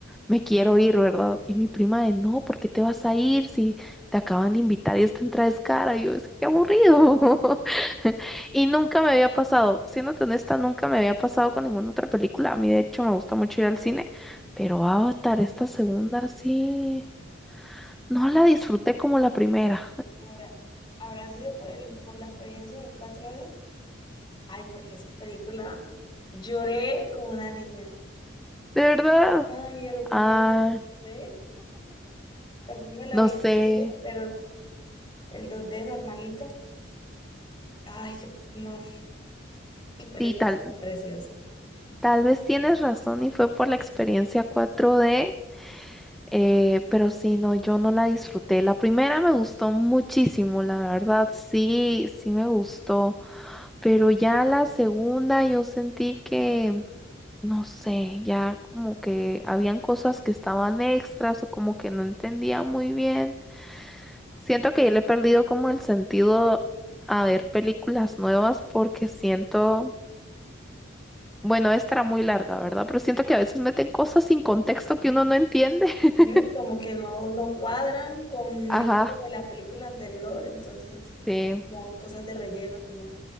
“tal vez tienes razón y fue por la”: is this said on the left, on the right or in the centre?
Centre